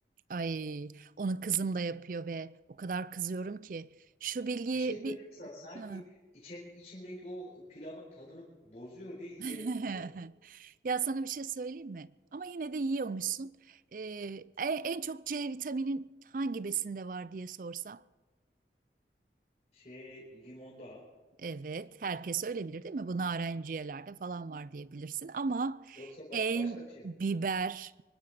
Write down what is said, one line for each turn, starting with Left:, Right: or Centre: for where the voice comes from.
Right: Ay, onu kızım da yapıyor ve o kadar kızıyorum ki şu bilgiyi
Left: Bir şey söyleyeyim
Right: bir
Left: mi sana? Sanki
Right: Ha.
Left: içen, içindeki o pilavın tadını bozuyor diye yiyemiyorum.
Right: <laughs> Ya sana bir şey söyleyeyim mi? Ama yine de yiyormuşsun. Ee, en, en çok C vitaminin hangi besinde var diye sorsam.
Left: Şey limonda.
Right: Evet, herkes öyle bilir değil mi? Bu narenciyelerde falan var diyebilirsin ama
Left: Yoksa ba-
Right: en
Left: başka bir şey mi?
Right: biber,